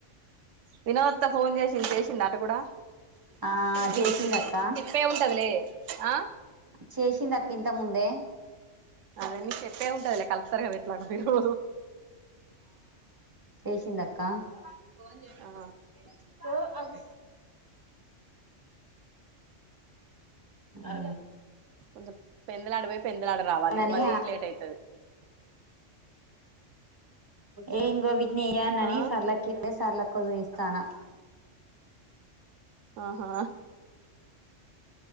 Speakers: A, on the right; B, on the right.
A: వినోద్తో ఫోన్ చేసి చింపేసింది అంట కూడా
B: ఆ
A: నికిచెప్పే
B: చేసిందక్క
A: ఉంటదిలే ఆ
B: చేసింది అక్క ఇంతకు ముందే
A: అదే మీకి చెప్పే ఉంటదలే కలుస్తారు కద అట్లాగ మీరు
B: చేేసింది అక్కా ఫోన్ చేయమంటారా
A: ఆ
B: ఓ ఆగు ఆ
A: కొంచెం పెందలాడపోయి పెందలాడ రావాలి
B: అని
A: మరీ లేట్ అయితది
B: ఏ ఇంగో నీ అన్న
A: ఆ
B: నీ సర్లక్కేఇట్టే సర్లక్కే కొంచం ఇస్తానా
A: ఆహా